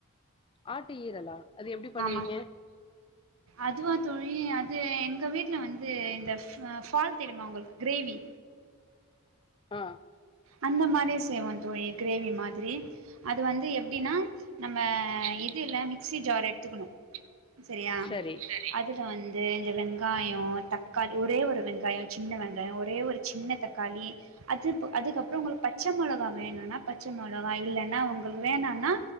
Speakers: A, on the left; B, on the right.
A: ஆட்டு ஈரலா அது எப்டி பண்ணுவீங்க
B: ஆமா அதுவா தோழி அது எங்க வீட்ல வந்து இந்த ஃப் ஃபால் தெரிமா உங்களுக் கிரேவி
A: ஆ
B: அந்த மாரி செய்வோ தோழி கிரேவி மாதிரி அது வந்து எப்டினா நம்ம இதுல மிக்சி ஜார் எடுத்துக்குணு செரியா அத்
A: சரி
B: அதுல வந்து இந்த வெங்காயோ தக்காளி ஒரே ஒரு வெங்காய சின்ன வெங்காய ஒரே ஒரு சின்ன தக்காளி அதுப் அதுக்கப்றோ உங்களுக் பச்ச மொளகா வேணுனா பச்ச மொளகா இல்லனா உங்களுக்கு வேணானா